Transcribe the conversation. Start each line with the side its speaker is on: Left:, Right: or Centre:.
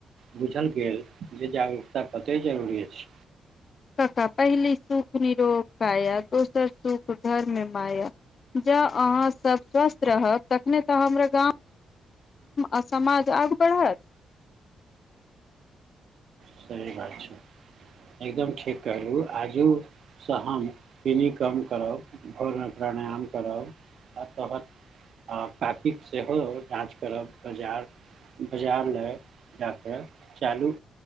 Right: बुझल गेल जे जागरूकता कते जरूरी अछि।
Left: कक्का पहली सुख निरोग कया दोसर सुख घर मे माया। जँ आहाँ सब स्वस्थ रहब तखने तऽ हमरा गाँव आ समाज आगू बढ़त
Right: सही बात छै एकदम ठीक कहलहु आजू स हम चीनी कम करब भोजन प्राणायम करब अतः। आ काकी सेहो जाँच करब बजार। बजार लए जाकऽ चालू